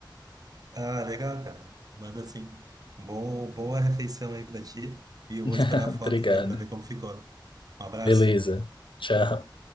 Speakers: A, on the right; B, on the left.
A: Ah, legal, cara. Manda sim. Bom, boa refeição aí pra ti. E eu vou
B: <laughs>
A: esperar a
B: Obrigado.
A: foto então pra ver como ficou. Um abraço.
B: Beleza. Tchau.